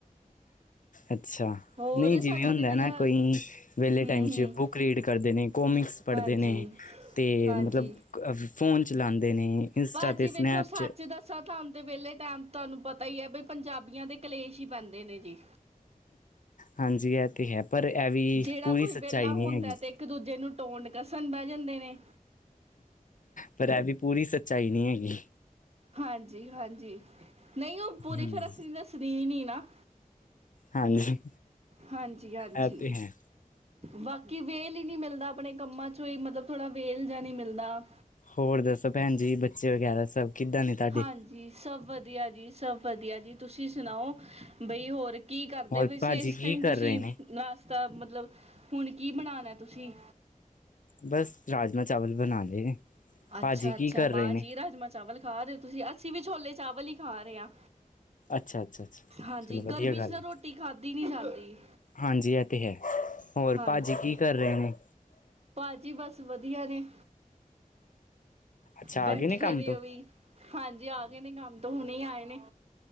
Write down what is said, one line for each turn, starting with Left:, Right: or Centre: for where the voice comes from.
Left: ਅੱਛਾ,
Right: ਹੋਰ
Left: ਨਹੀਂ ਜਿਵੇਂ
Right: ਸਾਡਾ
Left: ਹੁੰਦਾ
Right: ਤਾਂ ਵਿਹਲਾ
Left: ਨਾ ਕੋਈ ਵਿਹਲੇ
Right: ਹੂੰ
Left: ਟਾਈਮ
Right: ਹੂੰ
Left: ਚ ਬੁੱਕ ਰੀਡ ਕਰਦੇ ਨੇ, ਕੋਮਿਕਸ ਪੜ੍ਹਦੇ
Right: ਹਾਂਜੀ
Left: ਨੇ ਤੇ
Right: ਹਾਂਜੀ
Left: ਮਤਲਬ ਫੋਨ ਚਲਾਉਂਦੇ ਨੇ ਇੰਸਟਾ
Right: ਬਸ
Left: 'ਤੇ
Right: ਜੀ ਵੇਖੋ
Left: ਸਨੈਪ
Right: ਸੱਚ
Left: 'ਚ
Right: ਦੱਸ ਪਤਾ ਤੁਹਾਨੂੰ ਤੇ ਵਿਹਲੇ ਟਾਈਮ ਤੁਹਾਨੂੰ ਪਤਾ ਹੀ ਹੈ ਬਾਈ ਪੰਜਾਬੀਆਂ ਦੇ ਕਲੇਸ਼ ਹੀ ਪੈਂਦੇ ਨੇ ਜੀ
Left: ਹਾਂਜੀ, ਇਹ ਤੇ ਹੈ ਪਰ ਇਹ ਵੀ
Right: ਜਿਹੜਾ
Left: ਪੂਰੀ
Right: ਕੋਈ
Left: ਸੱਚਾਈ
Right: ਵਿਹਲਾ
Left: ਨਹੀਂ
Right: ਹੁੰਦਾ
Left: ਹੈਗੀ।
Right: ਤੇ ਇੱਕ ਦੂਜੇ ਨੂੰ ਟੋਂਟ ਕਸਣ ਬਹਿ ਜਾਂਦੇ ਨੇ
Left: ਪਰ ਇਹ ਵੀ ਪੂਰੀ ਸੱਚਾਈ ਨਹੀਂ ਹੈਗੀ।
Right: ਹਾਂਜੀ, ਹਾਂਜੀ ਨਹੀਂ ਉਹ ਪੂਰੀ
Left: ਹਮ
Right: ਫੇਰ ਅਸੀਂ ਦੱਸਣੀ ਵੀ ਨੀ ਨਾੰ
Left: ਹਾਂਜੀ
Right: ਹਾਂਜੀ- ਹਾਂਜੀ
Left: ਇਹ ਤੇ ਹੈ
Right: ਬਾਕੀ ਵੇਹਲ ਹੀ ਨਹੀਂ ਮਿਲਦਾ ਆਪਣੇ ਕੰਮਾਂ ਚੋਂ ਹੀ ਮਤਲਬ ਥੋੜ੍ਹਾ ਵੇਲ ਜਿਹਾ ਨਹੀਂ ਮਿਲਦਾ।
Left: ਹੋਰ ਦੱਸੋ ਭੈਣ ਜੀ ਬੱਚੇ ਵਗੈਰਾ ਸਭ ਕਿੱਦਾਂ ਨੇ? ਤੁਹਾਡੇ
Right: ਹਾਂਜੀ, ਸਭ ਵਧੀਆ ਜੀ, ਸਭ ਵਧੀਆ ਜੀ, ਤੁਸੀਂ ਸੁਣਾਓ ਬਈ ਹੋਰ ਕੀ ਕਰਦੇ
Left: ਹੋਰ
Right: ਪਏ
Left: ਭਾਜੀ
Right: ਸੀ ਇਸ
Left: ਕੀ
Right: ਟਾਈਮ
Left: ਕਰ
Right: ਤੁਸੀਂ
Left: ਰਹੇ ਨੇ
Right: ਨਾਸ਼ਤਾ ਮਤਲਬ ਹੁਣ ਕੀ ਬਣਾਉਣਾ ਤੁਸੀਂ
Left: ਬਸ ਰਾਜਮਾਂ ਚਾਵਲ ਬਣਾ ਲਏ ਨੇ
Right: ਅੱਛਾ,
Left: ਭਾਜੀ
Right: ਅੱਛਾ
Left: ਕੀ ਕਰ ਰਹੇ
Right: ਵਾਹ
Left: ਨੇ
Right: ਜੀ ਰਾਜਮਾਂ ਚਾਵਲ ਖਾ ਰਹੇ ਹੋ ਤੁਸੀਂ ਅਸੀਂ ਵੀ ਛੋਲੇ ਚਾਵਲ ਹੀ ਖਾ ਰਹੇ ਹਾਂ।
Left: ਅੱਛਾ ਅੱਛਾ ਅੱਛਾ
Right: ਹਾਂਜੀ,
Left: ਚਲੋ ਵਧੀਆ
Right: ਗਰਮੀ
Left: ਗੱਲ
Right: ਚ ਤਾਂ
Left: ਹੈ
Right: ਨਾ ਰੋਟੀ ਖਾਧਦੀ ਨੀ ਜਾਂਦੀ
Left: ਹਾਂਜੀ ਇਹ ਤੇ ਹੈ, ਹੋਰ
Right: ਹਾਂਜੀ।
Left: ਭਾਜੀ ਕੀ ਕਰ ਰਹੇ ਨੇ?
Right: ਭਾਜੀ ਬਸ ਵਧੀਆ ਨੇ
Left: ਅੱਛਾ
Right: ਬੈਠੇ
Left: ਆ ਗਏ ਕੰਮ
Right: ਨੇ
Left: ਤੋਂ
Right: ਉਹ ਵੀ ਹਾਂਜੀ, ਆ ਗਏ ਨੇ ਕੰਮ ਤੋਂ ਹੁਣੇ ਹੀ ਆਏ ਨੇ।